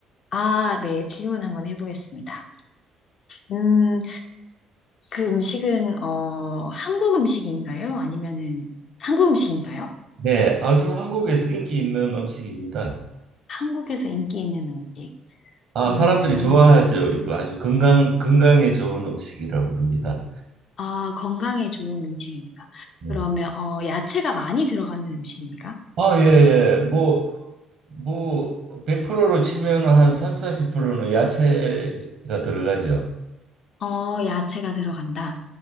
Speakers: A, on the left; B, on the right.
A: 아, 네, 질문 한번 해보겠습니다. 음, 그 음식은, 어, 한국 음식인가요? 아니면은, 한국 음식인가요?
B: 네, 아주 한국에서 인기 있는 음식입니다.
A: 한국에서 인기 있는 음식.
B: 아,
A: 음,
B: 사람들이 좋아하죠. 이거 아주 건강 건강에 좋은 음식이라고 그럽니다.
A: 아, 건강에 좋은 음식입니까?
B: 네.
A: 그러면, 어, 야채가 많이 들어가는 음식입니까?
B: 아, 예, 예. 뭐, 뭐, 100%로 치면 한 3, 40%는 야채가 들어가죠.
A: 어, 야채가 들어간다.